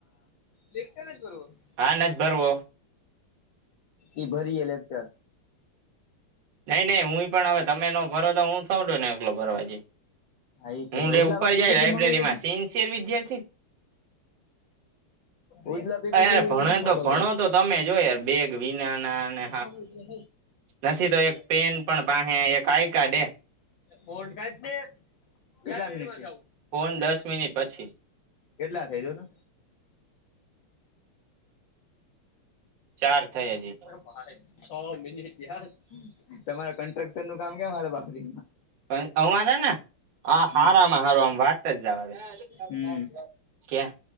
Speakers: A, on the left (about 65°); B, on the right (about 60°).
A: લેખતાને જ બરોબર <inaudible>
B: હા નથ ભરવો.
A: ઈ ભરીએે લેક્ચર.
B: નહીં નહીં હું પણ હવે તમે નો ભરો તો હું થોડો ને એકલો ભરવા જઈ.
A: હા એ છે
B: હું લે
A: ઉદલાભાઈ
B: ઉપર
A: પીપીટી
B: જાય લાઈબ્રેરી
A: મંગવી
B: માં
A: લે
B: સિન્સિયર વિદ્યાર્થી
A: ઉદલા પીપીટી
B: યાર ભણે
A: નથી મોકલતો
B: તો ભણો તો તમે જોય યાર બેગ વિના ના અને
A: આવુ હોય
B: નથી તો એક પેન પણ પાસે એક આઈ કાર્ડ હે
A: ફન કઈ <inaudible>
B: ફોન દસ મિનિટ પછી.
A: કેટલા થાય જો તો.
B: ચાર થઈ હજી.
A: એ ભાઈ છ મિનિટ યાર. તમારે કન્સ્ટ્રક્શનનું કામ કેમ હાલે બાકીમાં?
B: અ અમારે ને? આ
A: હમ
B: હારામા હારું આમ વાત જ જાવા દો.
A: હમ
B: <inaudible> ક્યાં?